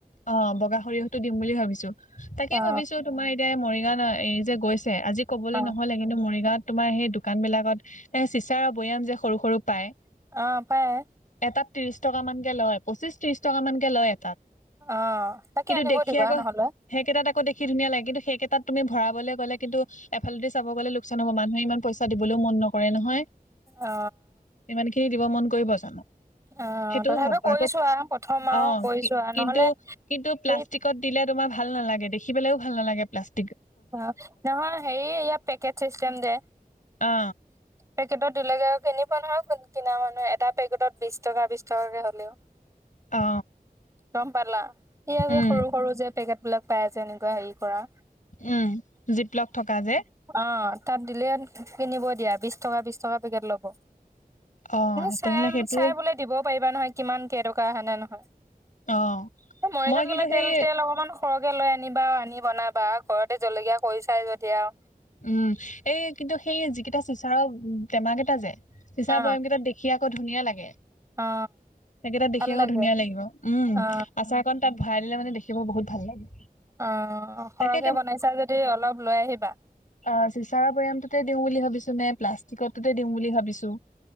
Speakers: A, on the left; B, on the right.
A: অ বগা সৰিয়হতটো দিম বুলি ভাবিছো তাকেই
B: অ
A: ভাবিছো তোমাৰ <unintelligible> মৰিগাঁও এই যে গৈছে- আজি ক'বলৈ
B: অ
A: নহ'লে কিন্তু মৰিগাঁৱত- তোমাৰ সেই দোকান বিলাকত এ চিচাৰৰ বৈয়াম যে সৰু সৰু পায়।
B: অ পায়।
A: এটাত ত্ৰিশ টকা মানকে লয় পচিশ ত্ৰিশ টকা মান কে লয় এটাত।
B: অ তাকে
A: কিন্তু
B: আনিব
A: দেখি
B: দিবা
A: আকৌ
B: নহ'লে
A: সেইকেইটাত আকৌ দেখি ধুনীয়া লাগে কিন্তু সেইকেইটাত তুমি- ভৰাবলে গ'লে কিন্তু এফালতে চাব গ'লে লোকচান হ'ব, মানুহে ইমান পইচা দিবলৈও মন নকৰে নহয়।
B: অ
A: ইমান খিনি দিব মন কৰিব- জানো
B: অ
A: সেইটোও
B: তথাপি
A: ভাব
B: কৰিছো
A: আকৌ
B: আহ প্ৰথম-
A: অ
B: আৰু কৰি
A: কি
B: চোৱা
A: কিন্তু
B: নহ'লে
A: কিন্তু প্লাষ্টিকত
B: সেই
A: দিলে তোমাৰ ভাল নালাগে দেখি। দেখিবলৈও ভাল নালাগে প্লাষ্টিক -
B: অ নহয় হেৰি ইয়াত পেকেট চিষ্টেম যে,
A: অ
B: পেকেটত- দুলৈকে আৰু কিনিব নহয় কিনা মানুহ এটা পেকেটত বিশ টকা বিশ টকাকে হ'লেও-
A: অ
B: গম পালা সেয়া
A: উম
B: যে সৰু সৰু যে পেকেট বিলাক- পাই যে এনেকোৱা হেৰি কৰা।
A: উম জীপ লগ থকা যে।
B: অ তাত দিলে কিনিব দিয়া বিশ টকা বিশ টকা পেকেট ল'ব।
A: অ
B: কিন্তু চাই
A: তেনেহ'লে
B: চাই
A: সেইটো
B: চাবলে দিব- পাৰিবা নহয় কিমান কেইটকা হয় নে নহয়।
A: অ
B: মৰিগাঁৱত
A: মই কিন্তু
B: গ'লে তেল
A: সেই
B: তেল অকণমান- সৰহকে লৈ আনিবা আনি বনাবা। ঘৰতে জলকীয়া কৰি চায় যদি আৰু।
A: উম এই কিন্তু সেই যিকেইটা চিচাৰৰ টেমা কেইটা যে- চিচা
B: অ
A: বৈয়াম কেইটা দেখিয়ে - আকৌ ধুনীয়া লাগে।
B: অ
A: সেইকেইটা
B: ভাল
A: দেখি আকৌ
B: লাগে
A: ধুনীয়া লাগিব, উম
B: অ
A: আচাৰ কন তাত ভাল- খাই দিলে মানে দেখিব বহুত ভাল লাগে।
B: অ সৰহকে
A: তাকে
B: বনাইছা যদি অলপ লৈ আহিবা।
A: অ চিচাৰ বৈয়ামটোতে দিওঁ বুলি ভাবিছো, নে প্লাষ্টিকটোতে দিওঁ বুলি ভাবিছো।